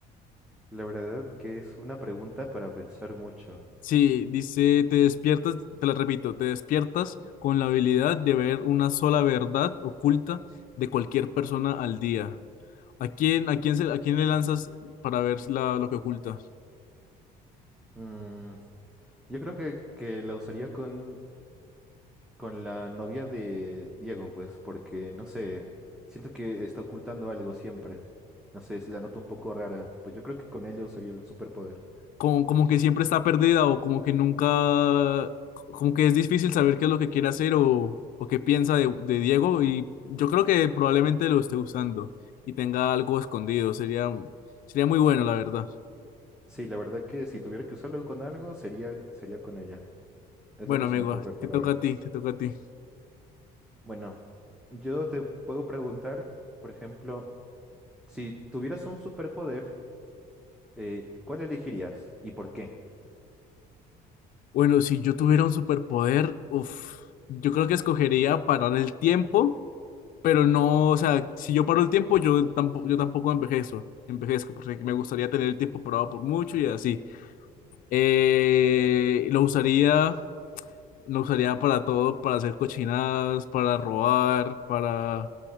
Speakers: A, in the centre; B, on the left (about 55°).
A: la verdad que es una pregunta para pensar mucho.
B: Sí, dice, te despiertas, te la repito, te despiertas con la habilidad de ver una sola verdad oculta de cualquier persona al día. ¿A quién, a quién se, a quién le lanzas para ver la- lo que oculta?
A: Mm, yo creo que, que la usaría con, con la novia de Diego, pues, porque no sé, siento que está ocultando algo siempre. No sé, la noto un poco rara. Pues yo creo que con ella usaría el superpoder.
B: como, como que siempre está perdida o como que nunca, como que es difícil saber qué es lo que quiere hacer o, o qué piensa de, de Diego y yo creo que probablemente lo esté usando y tenga algo escondido, sería, sería muy bueno, la verdad.
A: Sí, la verdad que si tuviera que usarlo con algo, sería, sería con ella. Es
B: Bueno,
A: lo que
B: amigo,
A: se me ocurre por
B: te toca
A: ahora.
B: a ti, te toca a ti.
A: Bueno, yo te puedo preguntar, por ejemplo, si tuvieras un superpoder, eh, ¿cuál elegirías y por qué?
B: Bueno, si yo tuviera un superpoder, uf, yo creo que escogería parar el tiempo, pero no, o sea, si yo paro el tiempo, yo tampoco, yo tampoco envejezo, envejezco, porque me gustaría tener el tiempo parado por mucho y así. Eh, lo usaría, lo usaría para todo, para hacer cochinadas, para robar, para,